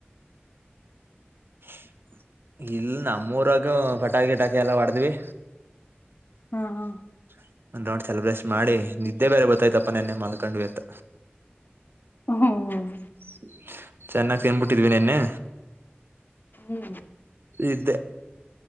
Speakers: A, on the right (about 65°); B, on the left (about 50°).
A: <inaudible> ಇಲ್ ನಮ್ಮೂರಾಗ ಪಟಾಕಿ ಗಿಟಾಕಿ ಎಲ್ಲಾ ಹೊಡೆದ್ವಿ
B: ಹಾ ಹಾ
A: <unintelligible> ಸೆಲೆಬ್ರೇಸ್ ಮಾಡಿ ನಿದ್ದೆ ಬೇರೆ ಬತ್ತಾಯ್ತಾ ನೆನ್ನೆ ಮಲ್ಕೊಂಡ್ವಿ ಅಂತ
B: ಹ್ಮ್
A: <inaudible> ಚೆನ್ನಾಗಿ ತಿನ್ಬಿಟ್ಟಿದ್ವಿ ನೆನ್ನೆ
B: ಊಮ್
A: ಇದ್ದೆ